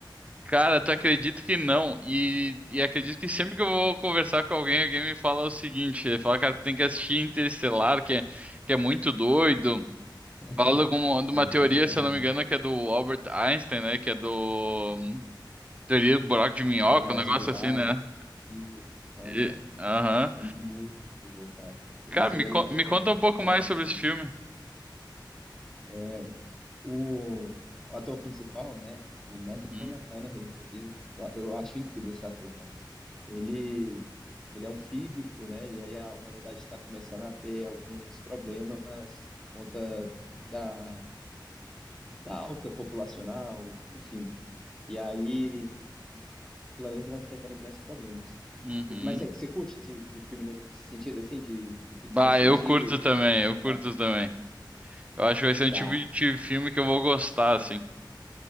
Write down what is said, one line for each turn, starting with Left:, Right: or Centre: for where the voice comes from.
Right: Cara, tu acredita que não? E, e acredito que sempre que eu vou conversar com alguém, alguém me fala o seguinte: ele fala, cara, tu tem que assistir Interestelar, que é, que é muito doido.
Centre: <laughs>
Right: Fala de, alguma, de
Centre: Exatamente.
Right: uma teoria, se eu não me engano, que é do Albert Einstein, né? Que é do hum, teoria do buraco de minhoca,
Centre: Da relatividade.
Right: um negócio assim, né?
Centre: Isso. aham.
Right: E- Aham.
Centre: É muito incrível, cara. Isso
Right: Cara, me,
Centre: aí
Right: con-
Centre: é uma
Right: me
Centre: coisa
Right: conta
Centre: para
Right: um
Centre: você
Right: pouco
Centre: colocar
Right: mais
Centre: na
Right: sobre
Centre: sua
Right: esse
Centre: lista.
Right: filme.
Centre: É, o, o ator principal, né? O Matthew
Right: Uhum,
Centre: McConaughey, inclusive, eu, eu acho incrível esse ator, cara. Ele, ele é um físico, né? E aí a humanidade está começando a ter alguns problemas por conta da, da alta populacional, enfim. E aí o planeta está enfrentando grandes problemas.
Right: uhum.
Centre: E- Mas você, você curte de, de filme nesse sentido, assim, de, de ficção
Right: Bah,
Centre: científica?
Right: eu curto também, eu curto
Centre: Ah,
Right: também. Eu acho que vai ser um
Centre: tá,
Right: tipo de filme que eu vou gostar, assim.